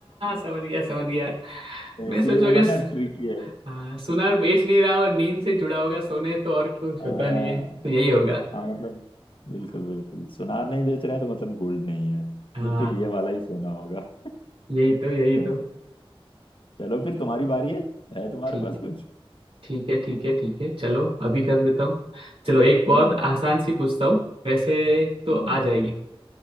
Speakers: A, on the right; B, on the left.
A: समझ गया समझ गया
B: <laughs>
A: मैं
B: इसीलिए
A: सोचोगे
B: बोला ना ट्रिकी है
A: हाँ सुनार बेच नहीं रहा और नींद से जुड़ा होगा सोने तो और कुछ
B: हाँ
A: होता नहीं है तो यही होगा
B: हाँ मतलब बिल्कुल बिल्कुल सुनार नहीं बेच रहा है तो मतलब गोल्ड नहीं है
A: हाँ
B: ये फिर ये वाला ही सोना होगा
A: यही तो यही
B: <laughs>
A: तो
B: चलो फिर तुम्हारी बारी है है तुम्हारे
A: ठीक
B: पास
A: है
B: कुछ
A: ठीक है ठीक है ठीक है चलो अभी कर लेता हूँ चलो एक बहुत
B: हम्म
A: आसान सी पूछता हूँ वैसे तो
B: हम्म
A: आ जाएगी